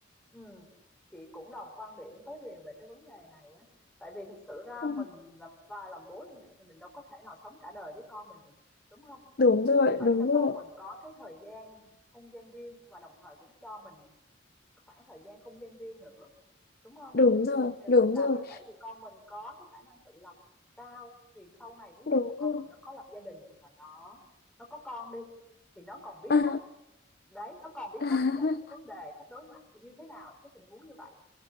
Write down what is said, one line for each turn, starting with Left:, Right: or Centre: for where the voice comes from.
Centre: Ừ, chị cũng đồng quan điểm với Huyền về cái vấn đề này á tại vì thực sự ra
Left: Ừ,
Centre: mình làm và làm bố làm mẹ thì mình đâu có thể nào sống cả đời với con mình được đúng không
Left: đúng
Centre: mình
Left: rồi
Centre: cũng phải
Left: đúng
Centre: cho con
Left: rồi
Centre: mình có cái thời gian không gian riêng và đồng thời cũng cho mình cái khoảng thời gian không gian riêng nữa đúng không
Left: đúng rồi
Centre: thì
Left: đúng
Centre: mình làm
Left: rồi
Centre: như vậy thì con mình có cái khả năng tự lập cao thì sau này thí
Left: đúng
Centre: dụ mà con
Left: rồi
Centre: mình nó có lập gia đình hoặc là nó nó có con đi thì nó còn biết
Left: À.
Centre: cách đấy nó còn biết
Left: <laughs>
Centre: cách giải quyết vấn đề cách đối mặt như thế nào những cái tình huống như vậy